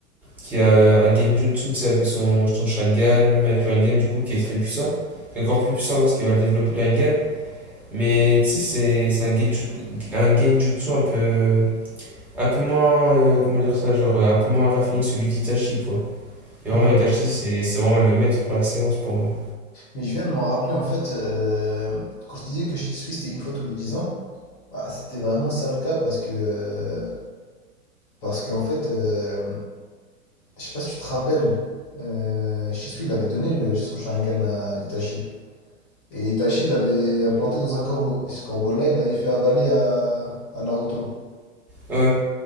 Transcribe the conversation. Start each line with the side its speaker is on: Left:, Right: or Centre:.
Centre: qui a euh, un Genjutsu, tu sais, avec son, son Sharingan, même avec le Rinnegan, du coup, qui est très puissant. Qui est encore plus puissant lorsqu'il va le développer le Rinnegan. Mais, tu sais, c'est c'est un Genjutsu, un Genjutsu un peu Un peu moins, euh, comment dire ça, genre euh, un peu moins raffiné que celui d'Itachi, quoi. Et vraiment,
Left: Ouais, ouais.
Centre: Itachi, c'est c'est vraiment le maître par excellence pour moi.
Left: Mais je viens de m'en rappeler, en fait, euh, quand je disais que Shih Tzu, c'était une fois tous les 10 ans, bah, c'était vraiment ça le cas, parce que... euh, Parce qu'en fait, euh, je sais pas si tu te rappelles, euh, Shisui, il avait donné le- son Sharingan à Itachi. Et Itachi l'avait implanté dans un corbeau. Et ce corbeau-là, il l'avait fait avaler à, à Naruto.
Centre: Ouais,